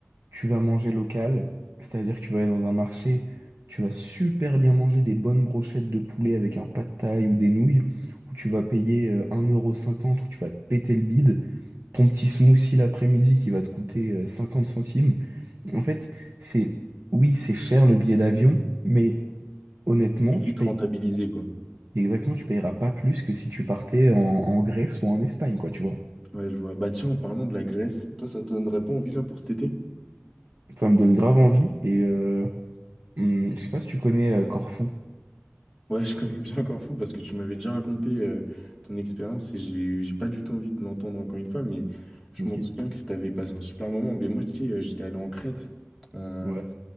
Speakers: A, on the right; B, in the centre.
A: tu vas manger local, c'est-à-dire que tu vas aller dans un marché, tu vas super bien manger des bonnes brochettes de poulet avec un pad thaï ou des nouilles, où tu vas payer euh, un euro cinquante où tu vas te péter le bide, ton petit smoothie l'après-midi qui va te coûter euh, 50 centimes. En fait, c'est, oui, c'est cher le billet d'avion, mais honnêtement,
B: Et Vite
A: tu payes,
B: rentabilisé, quoi.
A: exactement, tu payeras pas plus que si tu partais en, en Grèce ou en Espagne, quoi, tu vois.
B: Ouais, je vois. Bah tiens, en parlant de la Grèce, toi, ça te donnerait pas envie là pour cet été?
A: Ça me donne grave envie, et euh, hum, je sais pas si tu connais euh, Corfou.
B: Ouais, je connais bien Corfou parce que tu m'avais déjà raconté euh, ton expérience et j'ai j'ai pas du tout envie de l'entendre encore une fois, mais je
A: Ok.
B: m'en souviens que t'avais passé un super moment. Mais moi, tu sais, euh, j'étais allé en Crète euh,
A: Ouais.